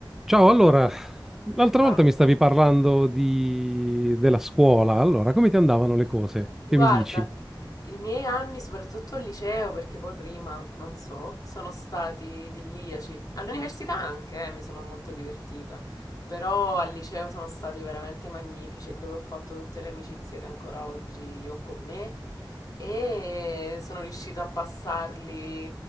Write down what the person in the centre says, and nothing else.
Ciao, allora, l'altra
volta mi stavi parlando di... della scuola, allora come ti andavano le cose?
Che mi dici?